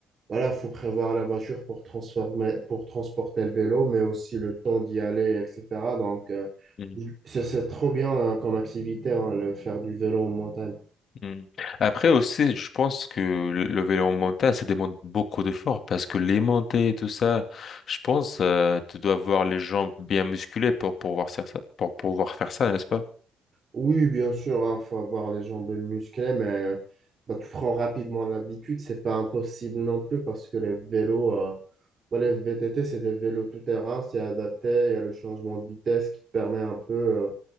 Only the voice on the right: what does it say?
voilà, faut prévoir la voiture pour transformer, pour transporter le vélo, mais aussi le temps d'y aller, etc. Donc, euh,
c'est c'est trop bien hein, comme activité, hein, le faire du vélo en montagne.
Oui, bien sûr, il faut avoir les jambes musclées, mais euh, bah, tu prends rapidement l'habitude. C'est pas impossible non plus parce que les vélos, euh, bah, les VTT, c'est des vélos tout-terrain, c'est adapté. Il y a le changement de vitesse qui te permet un peu. euh,